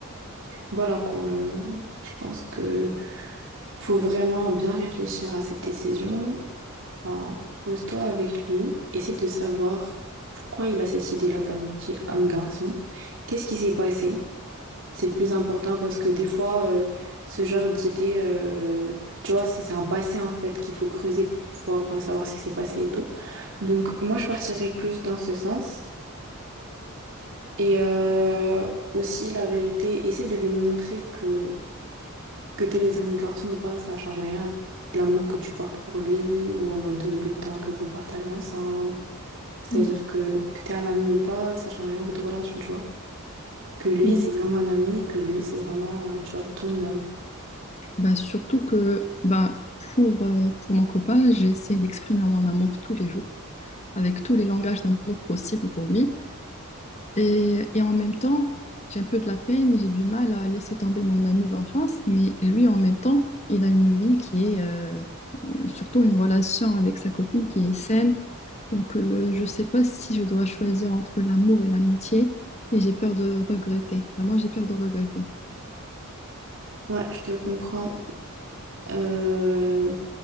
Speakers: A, on the right; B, on the left.
A: voilà quoi. euh, je pense que faut vraiment bien réfléchir à cette décision. Enfin, pose-toi avec lui, essaie de savoir pourquoi il a cette idée-là d'amitié homme-garçon. Qu'est-ce qui s'est passé? c'est le plus important parce que des fois, euh, ce genre d'idée, euh, tu vois, c'est c'est un passé en fait qu'il faut creuser pour pouvoir euh, savoir ce qui s'est passé et tout. Donc, moi, je partirais plus dans ce sens. Et euh, aussi, la vérité, essaie de lui montrer que que t'aies des amis garçons ou pas, ça change rien à l'amour que tu portes pour lui ou en mode euh, le temps que vous partagez ensemble. C'est-à-dire
B: Oui,
A: que que t'es un ami ou pas, ça change rien à votre relation, tu vois. Que lui,
B: mais
A: c'est vraiment un ami, que lui, c'est vraiment, euh, tu vois, ton homme.
B: Bah, surtout que bah, pour, euh, pour mon copain, j'essaie d'exprimer mon amour tous les jours, avec tous les langages d'amour possibles pour lui. Et, et en même temps, j'ai un peu de la peine, j'ai du mal à laisser tomber mon ami d'enfance, mais lui, en même temps, il a une vie qui est euh, surtout une relation avec sa copine qui est saine. Donc, euh, je ne sais pas si je dois choisir entre l'amour et l'amitié, et j'ai peur de regretter. Vraiment, j'ai peur de regretter.
A: Ouais, je te comprends. Euh,